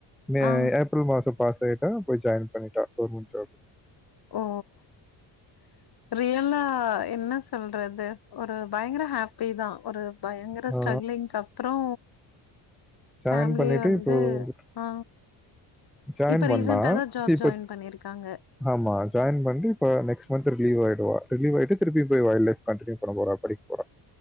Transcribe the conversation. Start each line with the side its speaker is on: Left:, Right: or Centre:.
Centre: மே
Left: ஆ.
Centre: ஆப் ஏப்ரல் மாசோ பாஸ் ஆயிட்டா போய் ஜாயின் பண்ணிட்டா கவர்மெண்ட் ஜாப்
Left: ஓ ரியலா என்ன சொல்றது ஒரு பயங்கர ஹாப்பி தா ஒரு பயங்கர
Centre: ஆ
Left: ஸ்ட்ரகலிங் கப் அப்றோ
Centre: ஜாயின்
Left: ஃபேமிலிய
Centre: பண்ணிட்டு
Left: வந்து
Centre: இப்போ வந்துட்டு
Left: ஆ
Centre: ஜாயின்
Left: இப்ப
Centre: பண்ணா
Left: ரீசென்டா தா ஜாப்
Centre: இப்ப
Left: ஜாயின் பண்ணிருக்காங்க
Centre: ஆமா ஜாயின் பண்ணிட்டு இப்ப நெக்ஸ்ட் மந்த் ரிலீவ் ஆகிடுவா ரலீவ் ஆயிட்டு திருப்பி போய் வைல்டு லைப் கண்டினியூ பண்ண போறா படிக்க போறா